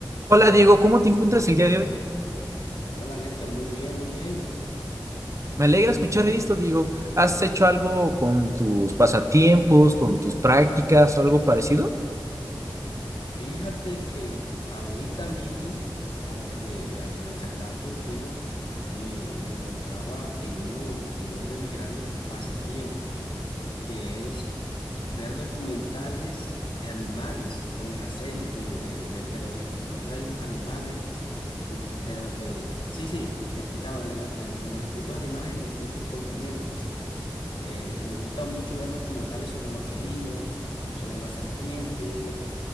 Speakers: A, on the right; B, on the left.
A: Hola Diego, ¿cómo te encuentras el día de hoy?
B: Hola Néstor, muy bien, muy bien.
A: Me alegra escuchar esto, Diego. ¿Has hecho algo con tus pasatiempos, con tus prácticas o algo parecido?
B: Fíjate que ahorita mismo, antes de, antes de charlar contigo, me, me encontraba en uno, en uno de mis grandes pasatiempos, que es ver documentales de animales o de la sel, de, de, de, de los distintos reinos animales. mm, De, de, sí, sí, te explicaba, de, lo- de de los distintos animales en distintos continentes. Eh, me gusta mucho ver documentales sobre los felinos, sobre las serpientes.